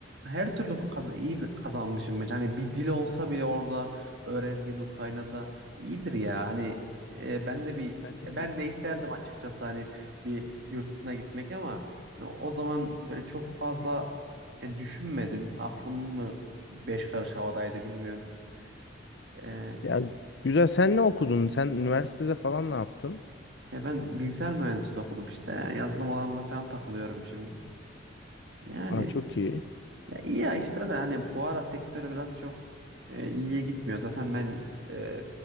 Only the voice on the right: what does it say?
her türlü kaz- iyi kazanmışım bence. Hani bir dil olsa bile orada öğrendiğin Ukrayna'da iyidir ya. Hani e, ben de bir
ben
de isterdim açıkçası hani bir yurt dışına gitmek ama hani o zaman böyle çok fazla yani düşünmedim. Aklım mı beş karış havadaydı bilmiyorum. E,
şey ben bilgisayar mühendisliği okudum işte. Yani yazılım alanında falan takılıyorum şimdi. Yani
Ya iyi ya
işte de hani bu ara sektörü biraz çok e, iyiye gitmiyor. Zaten ben e,